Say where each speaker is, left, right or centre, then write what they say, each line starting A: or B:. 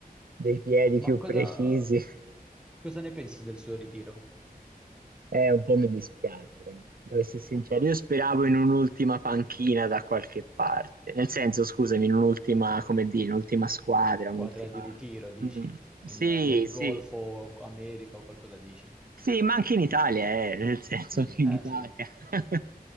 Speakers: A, on the right; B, in the centre.
A: dei piedi più
B: Ma cosa,
A: precisi
B: cosa ne pensi del suo ritiro?
A: Eh, un po' mi dispiace, devo essere sincero. Io speravo in un'ultima panchina da qualche parte. Nel senso, scusami,
B: Eh,
A: in un'ultima, come dire, un'ultima squadra,
B: quadra
A: un'ultima...
B: di ritiro, dici?
A: Mm, Sì,
B: In- nel
A: sì.
B: Golfo America o qualcosa dici?
A: Sì, ma anche in Italia, eh, nel senso,
B: Mm,
A: <laughs> anche in
B: ah,
A: Italia.
B: sì.
A: <laughs>